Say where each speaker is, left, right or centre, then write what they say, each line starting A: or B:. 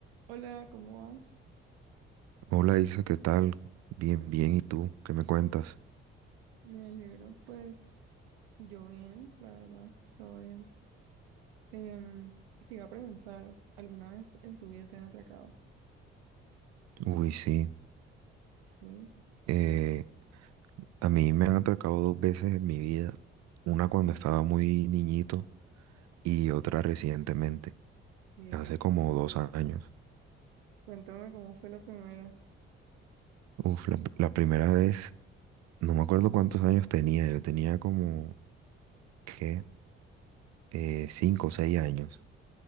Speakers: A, on the right (about 85°); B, on the right (about 60°).
A: Hola, ¿cómo vas?
B: Hola Isa, ¿qué tal? Bien, bien, ¿y tú? ¿Qué me cuentas?
A: Me alegro, pues yo bien, la verdad, todo bien. Em, te iba a preguntar, ¿alguna vez en tu vida te han atracado?
B: Uy, sí.
A: Sí.
B: eh, a mí me han atracado dos veces en mi vida, una cuando estaba muy niñito y otra recientemente,
A: eh,
B: hace como dos años.
A: cuéntame cómo fue la primera.
B: Uf, la, la primera vez, no me acuerdo cuántos años tenía, yo tenía como, ¿qué? Eh, cinco o seis años.